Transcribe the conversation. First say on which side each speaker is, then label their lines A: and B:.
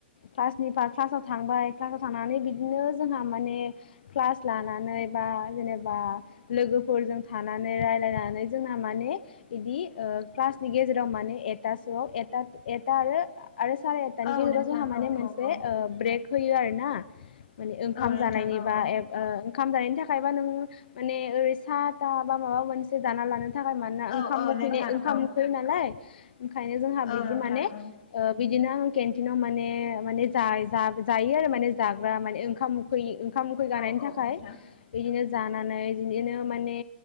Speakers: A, on the left; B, on the left.
A: क्लासनिफा क्लासाव थांबाय क्लासाव थांनानै बि दिनो जोंहा माने क्लास लानानै बा जेनेबा लोगोफोरजों थानानै रायलायनानै जोंना माने बिदि ओ क्लासनि गेजेराव माने एथासोआव ए-एथा आरो आरो साराय एथानि
B: औ
A: गेजेराव
B: नोंथां
A: जोंहा माने
B: औ
A: मोनसे
B: औ औ
A: ब्रेक होयो आरो ना। माने ओंखाम
B: औ नोंथां
A: जानायनि
B: औ
A: बा एब ओ ओंखाम जानायनि थाखायबा नों माने ओरै सा था बा माबा मोनसे जाना लानो थाखाय मानोना
B: औ
A: ओंखाम
B: औ
A: उखैनाय
B: नोंथां
A: ओंखाम
B: औ
A: उखैयो नालाय ओंखायनो जोंहा बिदि
B: औ नोंथां
A: माने ओ
B: ओं
A: बिदि बिदिनो आं केन्टिनाव माने माने जा-जा-जायो आरो माने जाग्रा माने ओंखाम उखै ओं खाम उखै गानायनि
B: औ
A: थाखाय।
B: औ नोंथां
A: बिदिनो जानानै बिदिनो माने